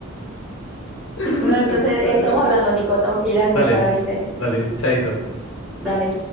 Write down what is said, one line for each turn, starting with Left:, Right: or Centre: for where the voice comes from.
Left: <laughs>
Centre: No, entonces, estamos hablando, Nico. Tengo que ir a almorzar,
Left: Dale,
Centre: ¿viste?
Left: dale, chaito.
Centre: Dale.